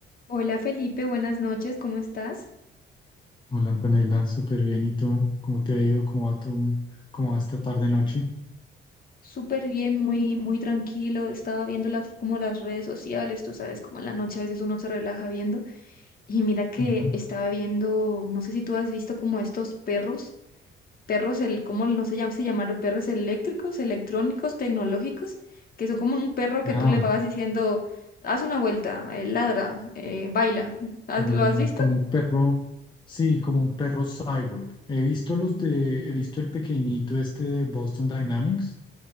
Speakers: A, on the left; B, on the left.
A: Hola Felipe, buenas noches, ¿cómo estás?
B: Hola Antonella, súper bien. ¿Y tú? ¿Cómo te ha ido? ¿Cómo va tu, cómo va esta tarde noche?
A: Súper bien, muy, muy tranquilo. Estaba viendo las, como las redes sociales, tú sabes, como en la noche a veces uno se relaja viendo. Y mira que
B: Ujú.
A: estaba viendo, no sé si tú has visto como estos perros, perros, el, ¿cómo no se llaman? Se llamaron perros eléctricos, electrónicos, tecnológicos, que son como un perro que
B: Ah,
A: tú le vas diciendo, haz una vuelta, eh, ladra, eh, baila. ¿Has-
B: ah,
A: ¿Lo has visto?
B: como un perro, sí, como un perro cyborg. He visto los de, he visto el pequeñito este de Boston Dynamics.